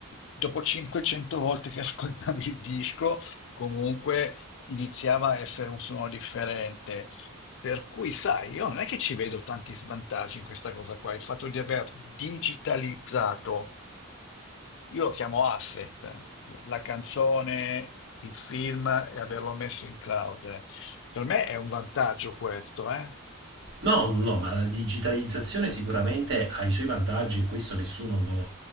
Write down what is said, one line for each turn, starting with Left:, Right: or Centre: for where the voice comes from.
Left: Dopo 500 volte che ascoltavi il disco, comunque iniziava a essere un suono differente. Per cui, sai, io non è che ci vedo tanti svantaggi in questa cosa qua, il fatto di aver digitalizzato, io lo chiamo asset, la canzone, il film e averlo messo in cloud. Per me è un vantaggio questo, eh?
Right: No, no, ma la digitalizzazione sicuramente ha i suoi vantaggi e questo nessuno lo,